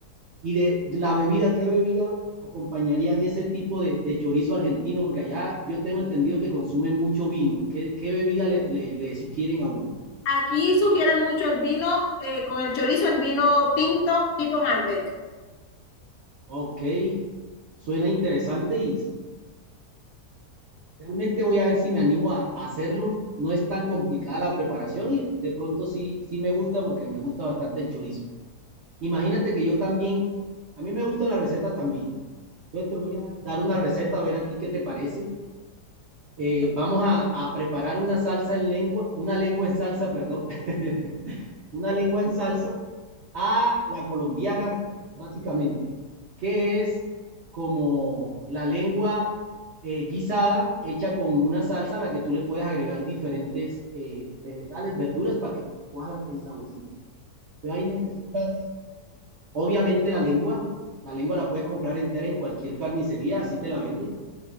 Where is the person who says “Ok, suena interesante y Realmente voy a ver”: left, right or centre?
Right